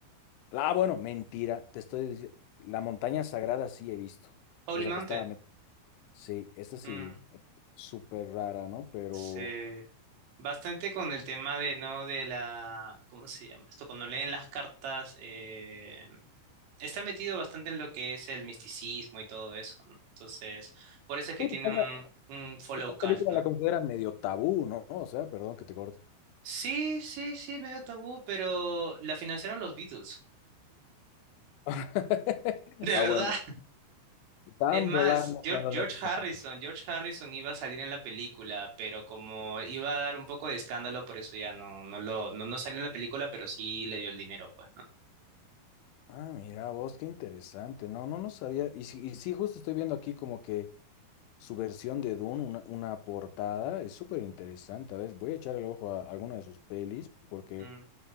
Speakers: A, on the left (about 85°); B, on the right (about 75°).
A: Ah, bueno, mentira, te estoy diciendo, la montaña sagrada sí he visto,
B: Holy
A: esa
B: Mountain.
A: que estaba, me- sí, esta sí
B: Mm.
A: vi, eh, súper rara, ¿no? Pero,
B: se bastante con el tema de no de la ¿cómo se llama esto? Cuando leen las cartas eh, está metido bastante en lo que es el misticismo y todo eso, ¿no? Entonces, por eso es que
A: sí,
B: tiene
A: porque
B: un
A: esa,
B: un follow
A: esa
B: cult,
A: película
B: ¿no?
A: la consideran medio tabú, ¿no? O sea, perdón que te corte.
B: Sí, sí, sí, medio tabú, pero la financiaron los Beatles.
A: <laughs>
B: <laughs> De
A: Ah,
B: verdad.
A: bueno, estaban
B: Es más,
A: volando
B: George,
A: cuando
B: George
A: han hecho esta
B: Harrison,
A: película.
B: George Harrison iba a salir en la película, pero como iba a dar un poco de escándalo, por eso ya no, no lo, no, no salió en la película, pero sí le dio el dinero, pues.
A: Ah, mira vos, qué interesante. No, no, no sabía. Y sí, y sí, justo estoy viendo aquí como que Su versión de Dune, una, una portada, es súper interesante. A ver, voy a echarle el ojo a alguna de sus pelis, porque
B: Mm,